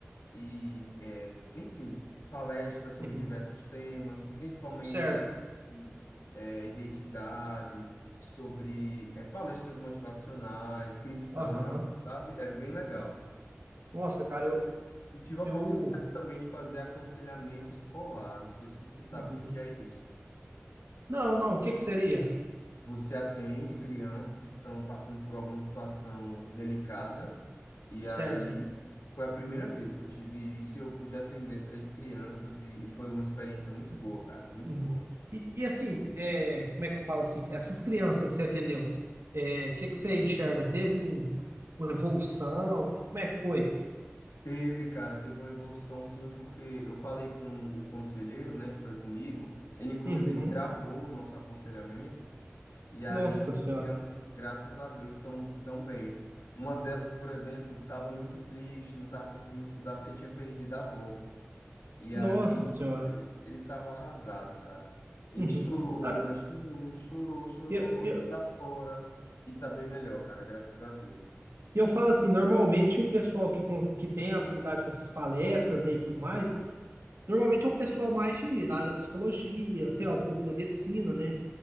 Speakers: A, on the left; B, on the right.
A: e, é, enfim, palestras sobre
B: uhum.
A: diversos temas, principalmente
B: Certo.
A: sobre, é, identidade, sobre é, palestras motivacionais, cristãs,
B: Aham.
A: sabe? É bem legal.
B: Nossa, cara, eu,
A: E tive a
B: eu.
A: oportunidade também de fazer aconselhamento escolar. Não sei se você sabe
B: Uhum.
A: o que que é isso.
B: Não, não, o que que seria?
A: Você atende crianças que estão passando por alguma situação delicada, e
B: Certo.
A: aí Foi a primeira vez que eu tive isso e eu pude atender três crianças e, e foi uma experiência muito boa, cara, muito
B: Uhum.
A: boa.
B: E, e assim, é, como é que eu falo assim? Essas crianças que você atendeu, é, o que que você enxerga? Teve um, uma evolução? Como é que foi?
A: Teve, cara, teve uma evolução sim, porque eu falei com o conselheiro, né, que foi comigo, ele inclusive
B: Uhum.
A: gravou o nosso aconselhamento e aí
B: Nossa
A: essas
B: senhora.
A: crianças, graças a Deus, estão tão bem. Uma delas, por exemplo, estava muito triste, não estava conseguindo estudar porque tinha perdido a avó. E
B: Nossa
A: aí
B: senhora.
A: Ele tava arrasado, cara. Ele
B: Uhum.
A: chorou,
B: Ah,
A: mas chorou, chorou, chorou,
B: eu,
A: botou
B: eu,
A: pra fora. E tá bem melhor, cara, graças a Deus.
B: eu falo assim, normalmente o pessoal que, cons- que tem habilidade com essas palestras, né, e tudo mais, normalmente é o pessoal mais de, da área da psicologia, sei lá, um pouco da medicina, né?